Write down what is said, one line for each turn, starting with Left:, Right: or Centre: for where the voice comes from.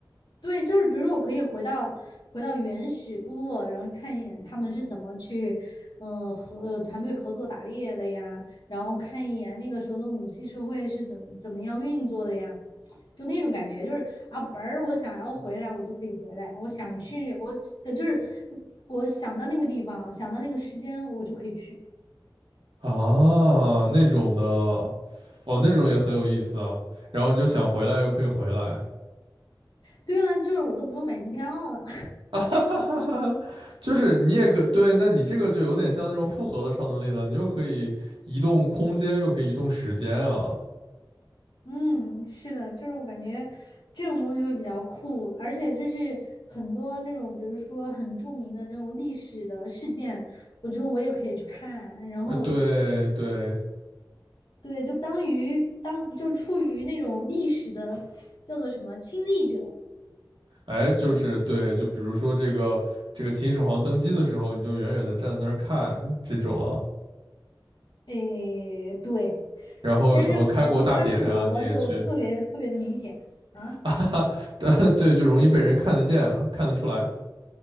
Left: 对，就是比如说，我可以回到回到原始部落，然后看一眼他们是怎么去，嗯、呃，合呃团队合作打猎的呀，然后看一眼那个时候的母系社会是怎怎么样运作的呀，就那种感觉，就是啊，本儿我想要回来，我就可以回来，我想去，我呃就是我想到那个地方，想到那个时间，我就可以去。
Right: 啊，那种的，哦，那种也很有意思啊。然后你就想回来又可以回来，
Left: 对啊，就是我都不用买机票了，
Right: <laughs> 哈哈哈，就是你也可对，那你这个就有点像那种复合的超能力了，你又可以移动空间，又可以移动时间啊。
Left: 嗯，是的，就是我感觉这种东西会比较酷，而且就是很多那种，比如说很著名的那种历史的事件，我觉得我也可以去看，然后
Right: 呃，对对，
Left: 对，就当于当就处于那种历史的叫做什么亲历者，
Right: 哎，就是对，就比如说这个这个秦始皇登基的时候，你就远远的站在那儿看这种啊，
Left: 诶，对，
Right: 然后什么开国大典呀，
Left: 但是可能穿着就特别特别的明显啊。
Right: 你也去 <laughs>，啊，对对，就容易被人看得见啊，看得出来，